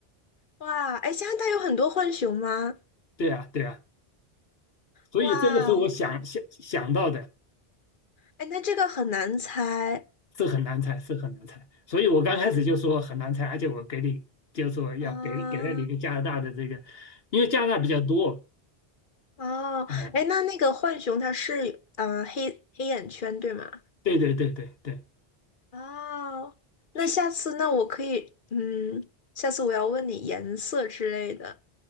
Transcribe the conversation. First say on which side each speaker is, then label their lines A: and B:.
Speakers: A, on the left; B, on the left.
A: 哇，哎，加拿大有很多浣熊吗？
B: 对啊对啊，所以这个是我想想想到的。
A: 哇，哎，那这个很难猜
B: 是很难猜，是很难猜。所以我刚开始就说很难猜，而且我给你就说要给给了你一个加拿大的这个，
A: 啊。
B: 因为加拿大比较多。
A: 哦，
B: 嗯，
A: 哎，那那个浣熊它是嗯呃黑黑眼圈对吗？
B: 对对对对对，
A: 哦，那下次那我可以，
B: 去
A: 嗯，下次我要问你颜色之类的，